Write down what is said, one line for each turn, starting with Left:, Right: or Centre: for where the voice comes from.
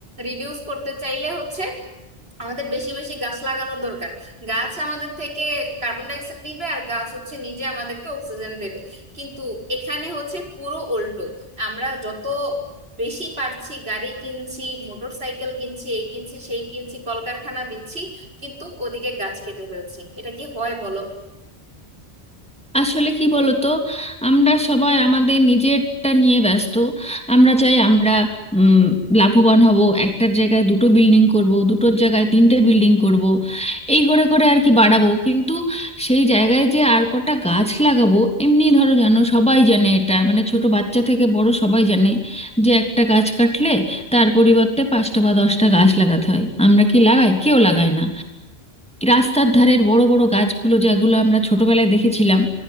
Right: রিডিউস করতে চাইলে হচ্ছে আমাদের বেশি বেশি গাছ লাগানো দরকার গাছ আমাদের থেকে কার্বন ডাই অক্সাইড নিবে আর গাছ হচ্ছে নিজে আমাদেরকে অক্সিজেন দেবে কিন্তু এখানে হচ্ছে পুরো উল্টো আমরা যত বেশি পারছি গাড়ি কিনছি মোটর সাইকেল কিনছি এই কিনছি সেই কিনছি কলকারখানা দিচ্ছি কিন্তু ওদিকে গাছ কেটে ফেলছি এটা কি হয় বলো
Centre: আসলে কি বলতো আমরা সবাই আমাদের নিজেরটা নিয়ে ব্যস্ত আমরা চাই আমরা উম, লাভবান হব একটার জায়গায় দুটো বিল্ডিং করব দুটোর জায়গায় তিনটে বিল্ডিং করব এই করে করে আর কি বাড়াবো কিন্তু সেই জায়গায় যে আর কটা গাছ লাগাবো এমনি ধরো জানো সবাই জানে এটা মানে ছোট বাচ্চা থেকে বড় সবাই জানে যে একটা গাছ কাটলে তার পরিবর্তে পাঁচটা বা দশটা গাছ লাগাতে হয় আমরা কি লাগাই কেউ লাগায় না রাস্তার ধারের বড় বড় গাছগুলো যেগুলো আমরা ছোটবেলায় দেখেছিলাম